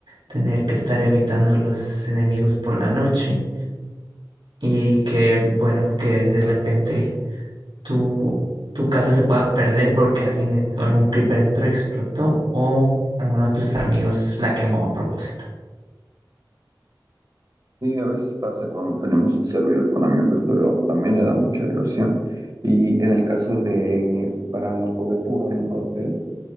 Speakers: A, on the right (about 75°); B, on the right (about 50°).
A: tener que estar evitando los enemigos por la noche y que, bueno, que de repente tu, tu casa se pueda perder porque alguien, en- algún creeper entró explotó o alguno de tus amigos la quemó a propósito.
B: Sí, a veces pasa cuando tenemos un servidor con amigos, pero también le da mucha diversión. Y en el caso de, para poder jugar en papel,